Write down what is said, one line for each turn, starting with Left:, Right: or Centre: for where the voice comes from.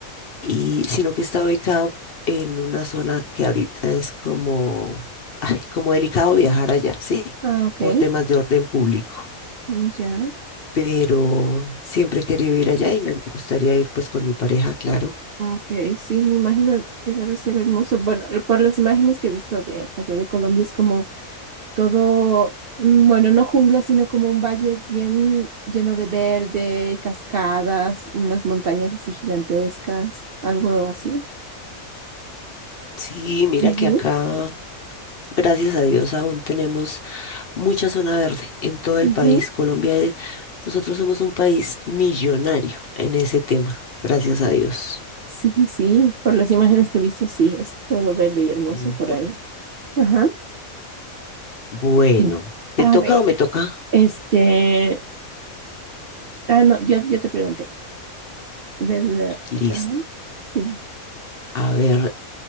Left: Y sino que está ubicado en una zona que ahorita es como, ay, como delicado viajar allá, ¿sí?
Right: Ah, Okay.
Left: Por temas de orden público.
Right: Mm, Ya.
Left: Pero siempre he querido ir allá y me gustaría ir pues con mi pareja, claro.
Right: Ah, Okay. Sí, me imagino que debe ser hermoso. Bueno, por las imágenes que he visto de allá de Colombia es como todo, mm, bueno, no jungla, sino como un valle bien lleno de verde, cascadas, unas montañas así gigantescas, algo así.
Left: Sí, mira
Right: Ujú,
Left: que acá, gracias a Dios, aún tenemos mucha zona verde en todo el
Right: ujú.
Left: país. Colombia, es- nosotros somos un país millonario en ese tema, gracias a Dios.
Right: Sí, sí, por las imágenes que he visto, sí, es todo verde y hermoso
Left: Ujú.
Right: por ahí. Ajá.
Left: Bueno,
Right: Mm.
Left: ¿te
Right: A
Left: toca
Right: ver,
Left: o me toca?
Right: este, ah, no, yo, yo te pregunté, del,
Left: Listo.
Right: ah, sí.
Left: A ver,